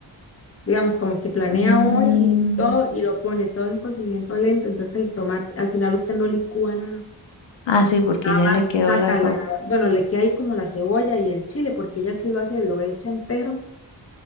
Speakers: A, on the left; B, on the left.
A: Digamos, como que planea
B: Mm.
A: hoy y todo y lo pone todo en cocimiento lento. Entonces el tomate, al final usted no licúa nada.
B: Ah, sí, porque
A: Nada
B: ya le
A: más
B: quedó
A: saca
B: la sopa.
A: la, bueno, le queda ahí como la cebolla y el chile, porque ella sí lo hace, lo echa entero